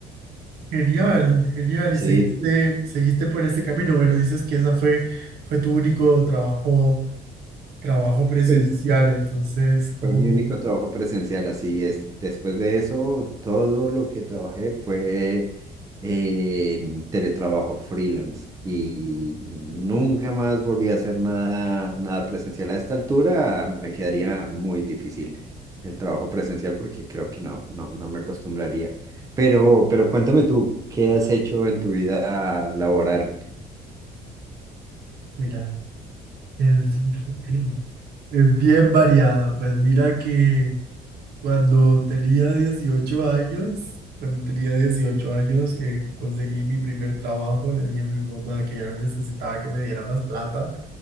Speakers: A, on the right (about 70°); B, on the right (about 20°).
A: Genial, genial.
B: Sí.
A: Y seguiste, seguiste por ese camino. Bueno, dices que esa fue, fue tu único trabajo, trabajo presencial.
B: sí.
A: Entonces, como,
B: Fue mi único trabajo presencial, así es. Después de eso, todo lo que trabajé fue en teletrabajo freelance y, y nunca más volví a hacer nada, nada presencial. A esta altura me quedaría muy difícil el trabajo presencial porque creo que no, no, no me acostumbraría. Pero, pero cuéntame tú, ¿qué has hecho en tu vida laboral?
A: mira, es, <laughs> es bien variada. Pues mira que cuando tenía dieciocho años, cuando tenía 18 años, eh, conseguí mi primer trabajo. Le dije a mi mamá que ya no necesitaba que me diera más plata.